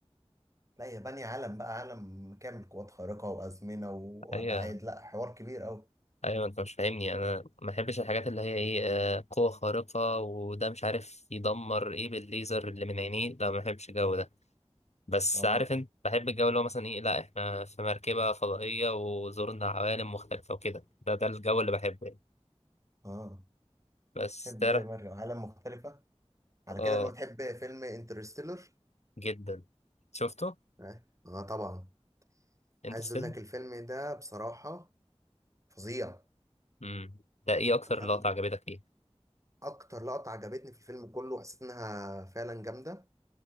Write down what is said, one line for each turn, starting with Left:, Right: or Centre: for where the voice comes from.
Right: لا هي بانية عالم بقى عالم كامل قوات خارقة وأزمنة وأبعاد
Left: أيوة
Right: لا حوار كبير أوي
Left: أيوة أنت مش فاهمني أنا ما بحبش الحاجات اللي هي إيه آه، قوة خارقة وده مش عارف يدمر إيه بالليزر اللي من عينيه لا ما بحبش الجو ده بس
Right: اه
Left: عارف أنت بحب الجو اللي هو مثلا إيه لا إحنا في مركبة فضائية وزورنا عوالم مختلفة وكده ده ده الجو اللي بحبه يعني
Right: اه
Left: بس
Right: تحب
Left: ترى
Right: مارفل عالم مختلفة على
Left: آه
Right: كده ما بتحب فيلم انترستيلر
Left: جدا شفته
Right: اه آه، طبعا
Left: أنت
Right: عايز
Left: ستيل؟
Right: اقول لك الفيلم ده بصراحة فظيع
Left: امم ده إيه أكتر
Right: أنا
Left: لقطة عجبتك فيه؟
Right: اكتر لقطة عجبتني في الفيلم كله وحسيت انها فعلا جامدة